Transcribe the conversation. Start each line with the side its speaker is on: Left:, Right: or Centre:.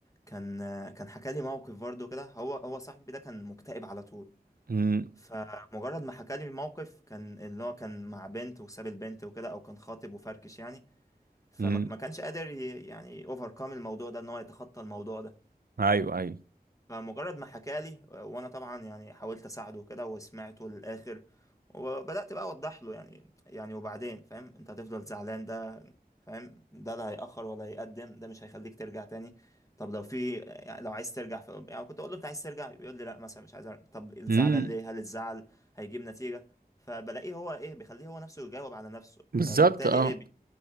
Left: كان كان حكى لي موقف برضه كده هو هو صاحبي ده كان مكتئب على طول
Right: امم
Left: فمجرد ما حكى لي الموقف كان اللي هو كان مع بنت وساب البنت وكده او كان خاطب وفركش يعني فما
Right: امم
Left: ما كانش قادر ي- يعني اوفركم الموضوع ده ان هو يتخطى الموضوع ده
Right: ايوه ايوه
Left: فمجرد ما حكى لي وانا طبعا يعني حاولت اساعده كده وسمعته للاخر وبدات بقى اوضح له يعني يعني وبعدين فاهم انت هتفضل زعلان ده فاهم ده لا هيأخر ولا هيقدم ده مش هيخليك ترجع تاني طب لو في يعني لو عايز ترجع ف... يعني كنت اقول له انت عايز ترجع يقول لي لا مثلا مش عايز ارجع طب الزعلان
Right: امم
Left: ليه هل الزعل هيجيب نتيجة فبلاقيه هو ايه بيخليه هو نفسه يجاوب على نفسه
Right: بالظبط
Left: فبالتالي
Right: اه
Left: ايه